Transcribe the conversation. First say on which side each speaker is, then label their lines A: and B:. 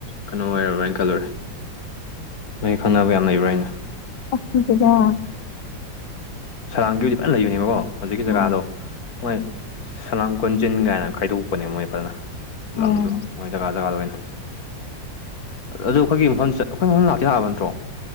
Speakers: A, on the left; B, on the left.
A: ꯀꯩꯅꯣ ꯑꯣꯏꯔꯕ꯭ꯔꯅ ꯈꯜꯂꯨꯔꯦ ꯅꯣꯏ ꯈꯪꯅꯕ ꯌꯥꯝ ꯂꯩꯕ꯭ꯔꯥ ꯍꯥꯏꯩꯅ
B: ꯑꯣ ꯅꯨꯡꯁꯤꯗ
A: ꯁꯂꯥꯝꯒꯤ ꯑꯣꯏꯅꯗꯤ ꯐꯖꯅ ꯂꯩꯕꯅꯦꯕꯀꯣ ꯍꯧꯖꯤꯛꯀꯤ ꯖꯒꯥꯗꯣ
B: ꯑꯣ
A: ꯃꯣꯏ ꯁꯂꯥꯝ ꯀꯣꯟꯖꯤꯟ ꯀꯥꯏꯅ ꯈꯥꯏꯗꯣꯛ ꯀꯄꯅꯤ ꯃꯣꯏ ꯐꯖꯅ
B: ꯑꯣ
A: ꯂꯝꯗꯨ ꯃꯣꯏ ꯖꯒꯥ ꯖꯒꯥꯗ ꯑꯣꯏꯅ ꯑꯗꯨ ꯑꯩꯈꯣꯏꯒꯤ ꯃꯐꯝ ꯑꯩꯈꯣꯏ ꯃꯐꯝ ꯂꯥꯛꯇꯤ ꯂꯥꯛꯑꯕ ꯅ꯭ꯠꯇꯔꯣ